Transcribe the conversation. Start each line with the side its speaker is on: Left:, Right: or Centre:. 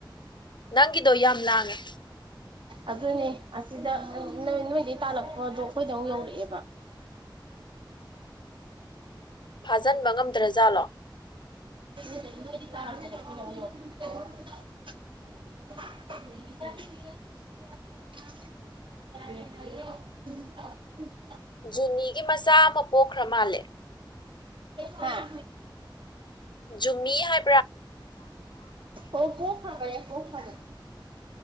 Left: ꯅꯪꯒꯤꯗꯣ ꯌꯥꯝ ꯂꯥꯡꯉꯦ
Right: ꯑꯗꯨꯅꯦ ꯑꯁꯤꯗ ꯅꯣꯢꯗꯩ ꯇꯥꯜꯂꯛꯄꯗꯣ ꯑꯩꯈꯣꯏꯗ ꯑꯃꯨꯛ ꯌꯧꯔꯛꯑꯦꯕ
Left: ꯐꯥꯖꯤꯟꯕ ꯉꯝꯗ꯭ꯔꯖꯥꯠꯂꯣ
Right: <unintelligible> <unintelligible>
Left: ꯖꯨꯅꯤꯒꯤ ꯃꯆꯥ ꯑꯃ ꯄꯣꯛꯈ꯭ꯔ ꯃꯥꯜꯂꯦ
Right: ꯍꯥꯥ
Left: ꯖꯨꯃꯤ ꯍꯥꯏ
Right: ꯑꯣ ꯀꯣ ꯈꯥꯔꯦ ꯅꯍꯥꯟ